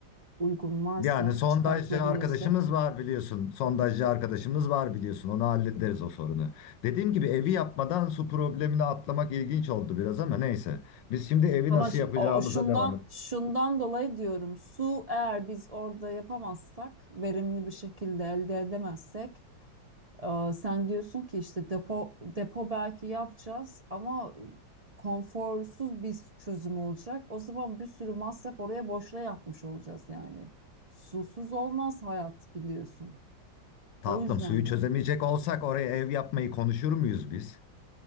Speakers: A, on the right; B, on the left.
A: uygun varsa,
B: Yani sondajcı
A: çıkartılabiliyorsa.
B: arkadaşımız var biliyorsun. Sondajcı arkadaşımız var biliyorsun. Onu hallederiz o sorunu. Dediğim gibi evi yapmadan su problemini atlamak ilginç oldu biraz ama neyse. Biz şimdi evi
A: Ama
B: nasıl
A: şu-
B: yapacağımıza
A: o, o şundan
B: devam et.
A: şundan dolayı diyorum. Su eğer biz orada yapamazsak, verimli bir şekilde elde edemezsek, e, sen diyorsun ki işte depo depo belki yapacağız ama konforsuz bir çözüm olacak. O zaman bir sürü masraf oraya boşuna yapmış olacağız yani. Susuz olmaz hayat biliyorsun.
B: Tatlım
A: O yüzden
B: suyu çözemeyecek
A: diyorum.
B: olsak oraya ev yapmayı konuşur muyuz biz?